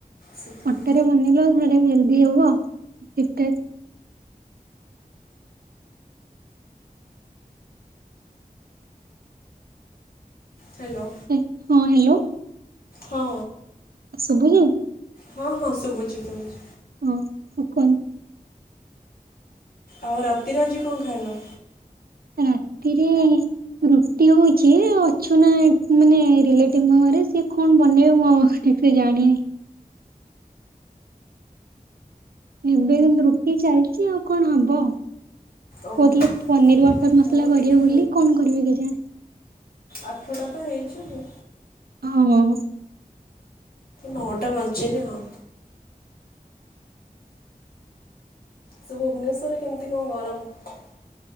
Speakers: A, on the left (about 80°); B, on the right (about 80°).
A: ସେଥିପାଇଁ
B: ଅଟାରେ ବନେଇିଲ ସେଡା ହେଲଦି ହବ ଟିକେ
A: ହ୍ୟାଲୋ।
B: ହଁ ହ୍ୟାଲୋ।
A: ହଁ।
B: ସୁବୁଚି।
A: ହଁ ହଁ ଶୁବୁଛି ସବୁଚି।
B: ହଁ ଇକୁଲ୍
A: ଆଉ ରାତିରେ ଆଜି କଣ ଖାଇବ।
B: ରାତିରେ ରୁଟି ହଉଛି ଅଛୁ ନା ମାନେ ରିଲେଟିଭ ଘରେ ସିଏ କଣ ବନେଇବ ମ ଟିକେ ଜାଣିନି। ଏବେ କିନ୍ତୁ ରୁଟି ଚାଲିଛି ଆଉ କଣ ହବ।
A: ଓହୋ
B: କହୁଥିଲେ ପନିର୍ ବଟର ମସଲା
A: ହଁ
B: କରିବେ
A: ଟିକେ
B: ବୋଲି କଣ କରିବେ କେ ଜାଣି।
A: ଆଠ ଟା ତ ହେଇଛି।
B: ହଁ।
A: ନଅଟା ବାଜି ନି ଆ। ସେ ଭୁବନେଶ୍ୱରେ କେମିତି କଣ ଗରମ।